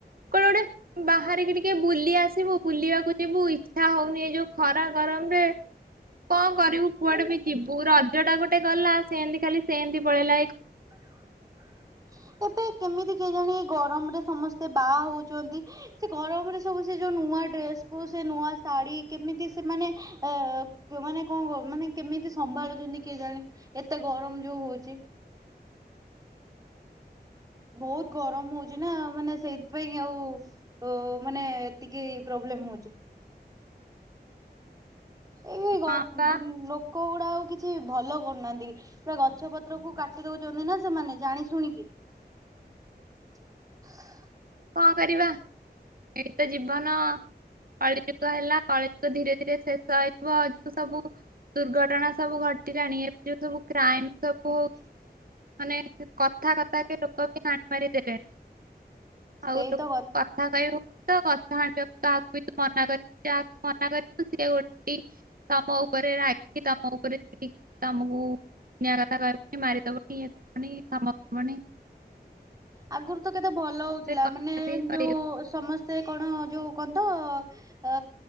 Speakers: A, on the right (about 55°); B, on the right (about 20°).
A: କୁଆଡେଗୋଟେ ବାହାରିକି ଟିକେ ବୁଲି ଆସିବୁ ବୁଲିବାକୁ ଯିବୁ ଇଚ୍ଛା ହଉନି ଏଇ ଯୋଉ ଖରା ଗର ଆବେ <inaudible> କଣ କରିବୁ କୁଆଡେ ବି ଯିବୁ ରଜ ଟା ଗୋଟେ ଗଲା ସେମିତି ଖାଲି ସେମିତି ପଳେଇଲା ହେ
B: ହ। ଏବେ କେମିତି କେଜାଣି ଗରମରେ ସମସ୍ତେ ବାହା ହଉଛନ୍ତି ସେ ଗରମରେ ସବୁ ସେ ଯୋଉ ନୁ ନୂଆ ଡ୍ରେସକୁୁ ସେ ନୂଆ ଶାଢ଼ୀ କେମିତି ସେମାନେ ଏ ଯଉ ମାନେ କଣ କ ମାନେ କେମିତି ସମ୍ଭାଳୁଛନ୍ତି କିଏ ଜାଣି ଏତେ ଗରମ ଯୋଉ ହଉଛି। ବହୁତ ଗରମ ହଉଛି ନା ମାନେ ସେଇଥିପାଇଁ ଆଉ ମାନେ ଏତିକି ପ୍ରୋ ହେଲେ ମୁ ଅଛି। ଏଇ ଗ
A: ହଁ ପା
B: ଦୁନି ଲୋକ ଗୁଡା ଅଛି। କି ଭଲ କରୁନାହାନ୍ତି ପୁରା ଗଛ ପତ୍ର କୁ କାଟି ଦଉଛନ୍ତି ନା ସେମାନେ ଜାଣି ଶୁଣିକି। <unintelligible>
A: କଣ କରିବା ଏଇତ ଜୀବନ କଳିଯୁଗ ହେଲା। କଳିଯୁଗ ଧୀରେ ଧୀରେ ଶେଷ ହେଇଥିବ ଆଉ ସବୁ ଦୁର୍ଘଟଣା ସବୁ ଜାଣି, ସବୁ କ୍ରାଇମ ସବୁ
B: <inaudible>
A: ହଉ ମାନେ କଥା କଥା କେ, ଲୋକ ବି ଗାଣ୍ଡ ମାରି ଦେବେ ଆଉ
B: ସେଇ ତ
A: କଥା କହିବ ତ, କଥା ଆଣିବାକୁ କାହାକୁ ବି ମନା କରିବି, ଯାହା ମନା କରି ସେ ଓଲଟି ତମ ଉପରେ ରାଗି କି, ତମ ଉପରେ ସେ ତମକୁ ଦୁନିଆ କଥା କହିବ, ମାରିଦେବନି, ଇଏଦେବନି ଧମକଦେବଣି,
B: ଆଗରୁ ତ କେତେ ଭଲ ହଉଥିଲା,
A: କଥା
B: ମାନେ
A: ବି କହି
B: ଯୋଉ ସ ସମସ୍ତେ କଣ, ଯୋଉ କଣ ତ ଅ